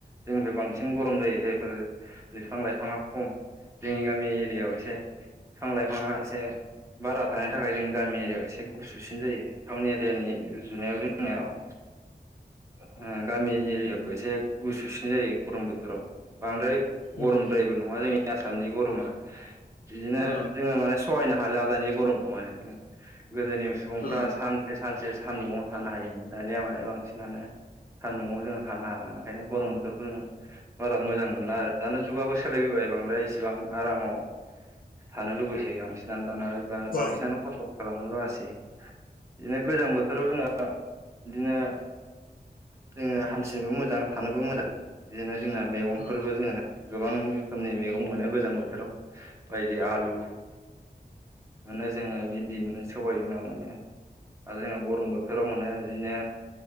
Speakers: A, on the right; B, on the left.
A: जोंनिफ्राय बांसिन गरम जायो जायफोर बिफां लाइफाङा खम। जोंनि गामि एरियायाव एसे बिफां लाइफाङा एसे बारा थानायनि थाखाय जों गामि एरियायाव एसे गुसुसिन जायो टाउन एरिया यानि रुजुनायाव जोंनियाव ओ गामि एरियाखौ एसे गुसुसिन जायो गरम बोथोराव बांद्राय गरमद्रायबो
B: उम उम
A: नङा जोंनि आसामनि गरमा बिदिनो
B: उम
A: जोङो माने सहायनो हा हाला दानि गरमखौ मानाय जोङो गोदोनि सुबुंफ्रा
B: उम
A: सान सानसे सान्दुङआव थानो हायोमोन दानिया माने बांसिनानो सान्दुङाव जोङो थानो हाला ओंखायनो गरम बोथोरखौ जोङो बारा मोजां मोनला आरो दाना जुगाबो सोलायबोबाय बांद्राय इसेबां आरामाव थानो लुबैसोयो बांसिनानो दाना बां-बांसिनानो
B: उम
A: खस्थ' खालामनो बासै बिदिनो गोजां बोथोराव जोंहा बिदिनो जोङो हान्थिनोबो मोजां थानोबो मोजां बिदिनो जोंना मैगंफोरबो
B: उम
A: जोङो गोबां रोखोमनि मैगं मोनो गोजां बोथोराव बायदि आलु मोनो जोङो भिन्दि मोनो सबाय बिमा मोनो आरो जोंहा गरम बोथोराव मोननाय बिदिनो